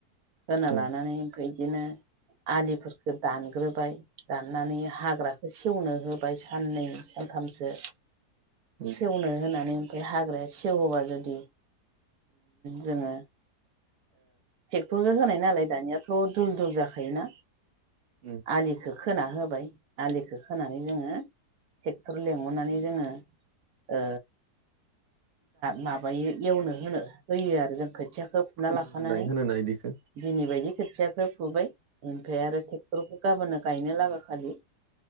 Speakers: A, on the right; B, on the right.
A: होना
B: उम
A: लानानै ओमफ्राय बिदिनो आलिफोरफोरखौ दानग्रोबाय दाननानै हाग्राखौ सेवनो होबाय साननै सानथामसो
B: औ
A: सेवनो होनानै ओमफ्राय हाग्राया सेवोबा जुदि जोङो क्टरजों होनाय नालाय दानियाथ' दुल दुल जाखायोना
B: उम
A: आलिखौ खोना होबाय आलिखौ खोनानै जोङो ट्रेक्टर लिंहरनानै जोङो ओ माबायो एवनो होनो होयो आरो जों खोथियाखौ फुना
B: फोमोनहोनाय
A: लाखानानै
B: होनोना इदिखो
A: दिनै बायदि खोथियाखौ फुबाय ओमफ्राय आरो ट्रेक्टरखौ गाबोननो गायनो लागा खालि